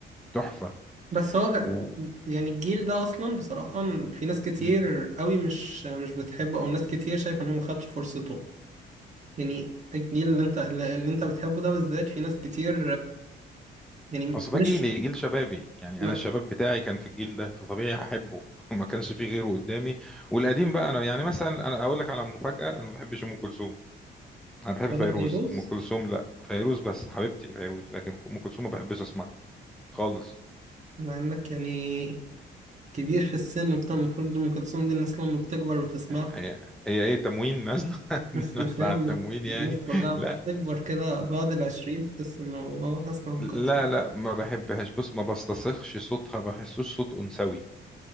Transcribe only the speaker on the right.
بس هو
يعني الجيل ده اصلا بصراحه في ناس كتير
قوي مش مش بتحبه او ناس كتير شايفه انه ما خدش فرصته يعني الجيل اللي انت اللي انت بتحبه ده بالذات في ناس كتير يعني
مش
ما-
ولا
فيروز
مع انك يعني كبير في السن وبتاع المفروض ام كلثوم دي الناس لما بتكبر بتسمعها
<laughs>
فاهم
الناس كلها
بتكبر كده بعد العشرين تحس انه اه هسمع ام
كلثوم